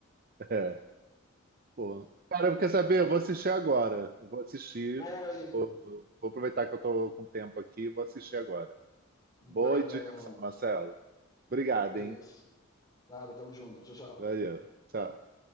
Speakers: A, on the right; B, on the left.
A: <laughs> É. Pô. Cara, quer saber? Eu vou assistir agora. Eu Vou assistir.
B: boa, hein?
A: Vou, vou aproveitar que eu tô com tempo aqui e vou assistir agora. Boa
B: Boa
A: indicação,
B: ideia, irmão.
A: Marcelo. Obrigado, hein?
B: É isso. Nada, tamo junto. Tchau, tchau.
A: Valeu. Tchau.